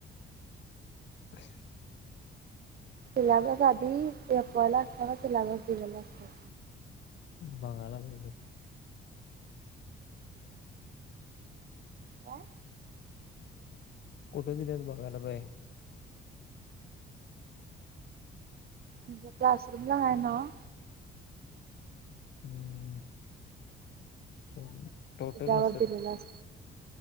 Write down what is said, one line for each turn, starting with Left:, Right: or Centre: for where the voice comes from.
Left: <inaudible>
Right: सिलॅबस आधी एफ. वाय ला असताना सिलॅबस दिलेला आसतोय.
Left: बघायला पाहिजे.
Right: काय?
Left: कुठ दिल्यात बघायला <unintelligible>
Right: म्हणजे क्लासरूमला हाय नव्हं?
Left: हम्म <unintelligible> टोटल
Right: त्याच्यावर
Left: नसल
Right: दिलेला असतो.